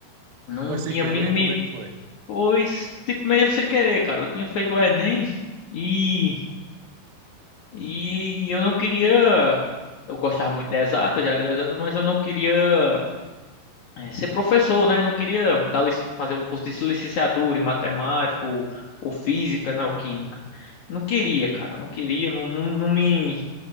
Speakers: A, on the left (about 80°); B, on the right (about 75°).
A: Não
B: foi sem
A: tinha
B: querer?
A: mínimo,
B: Como é que foi?
A: pois tipo meio sem querer, cara. Eu tinha feito o Enem e e eu não queria. Eu gostava muito de exatas, já era de exatas, mas eu não queria eh, ser professor, né? Não queria dar, lic- fazer um curso de licenciatura em matemática ou, ou física, né? Ou química. Não queria, cara. Não queria, não, não, não me